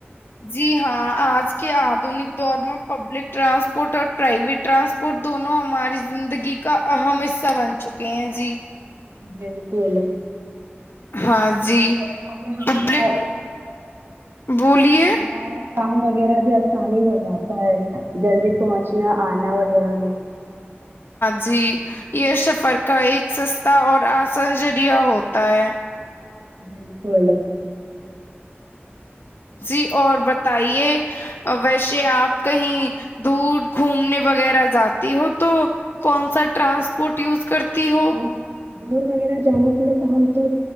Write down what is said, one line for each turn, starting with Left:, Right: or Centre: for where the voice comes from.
Left: جی ہاں آج کے آدونک دور میں پبلک ٹرانسپورٹ اور پرائیویٹ ٹرانسپورٹ دونوں ہماری زندگی کا اہم حصہ بن چکے ہیں جی
Right: بالکل
Left: ہاں جی
Right: اچھا یہ ہمارا
Left: پبلک بولیے
Right: ہمارا کام وغیرہ جو آسانی ہو جاتا ہے جلدی پہنچنا آنا وغیرہ میں
Left: جی یہ سفر کا ایک سستا اور آسنجریہ ہوتا ہے
Right: بالکل
Left: جی اور بتے ویسے آپ کہیں دور گھومنے وغیرہ جاتی ہو تو کون سا ٹرانسپورٹ یوز کرتی ہو
Right: اور دور وغیرہ جانے کے لیے تو ہم تو